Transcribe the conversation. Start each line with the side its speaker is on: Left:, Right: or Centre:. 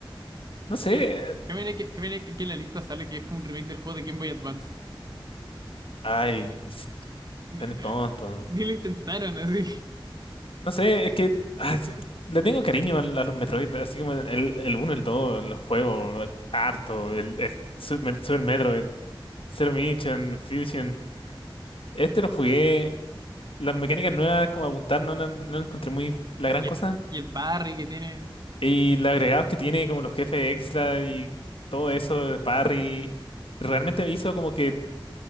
Left: No sé.
Right: Que, que viene, que, que viene que, que en la lista sale que es como un remake del juego de Game Boy Advance.
Left: Ay, es
Right: N-
Left: tan
Right: n-
Left: tonto.
Right: Ni, lo intentaron así. <laughs>
Left: No sé, es que ah, es- le tengo cariño al- a, los Metroid, así como el, el uno el 2 los juegos, harto, el, el Super, Super Metroid, Zero Mission, Fusion. Este lo jugué, las mecánicas nuevas como apuntar no, la- no, la encontré muy la gran
Right: Y
Left: cosa.
Right: el, y el parry que tiene,
Left: Y los agregados que tiene, como los jefes extra y todo eso, de parry, realmente me hizo como que